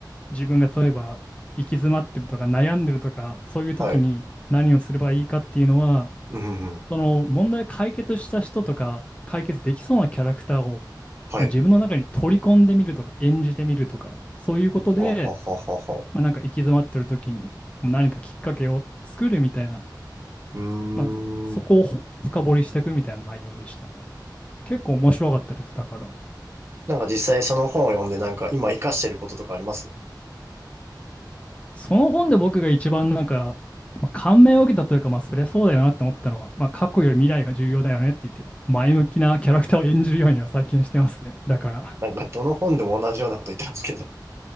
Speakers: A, on the left; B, on the right.
A: 自分が例えば行き詰まってるとか悩んでるとかそういう時に何をすればいいかっていうのは
B: う。はい。うんふんふん。
A: その問題を解決した人とか解決できそうなキャラクターを、
B: はい。
A: まあ、自分の中に取り込んでみるとか演じてみるとかそういうことで、
B: はははははうほうほ
A: まあ、なんか行き詰まってる時にもう何かきっかけを作るみたいな、
B: ううー
A: まあ、そこをほ深掘りしていくみたいな内容でしたね。
B: ん。
A: 結構面白かったです。だから。
B: なんか実際その本を読んでなんか今活かしてることとかあります
A: その本で僕が一番なんか、まあ、感銘を受けたというか、まあ、そりゃそうだよなって思ったのは、まあ、過去より未来が重要だよねって言ってた。前向きなキャラクターを演じるようには最近してますね。だから、
B: なんかどの本でも同じようなこと言ってますけど。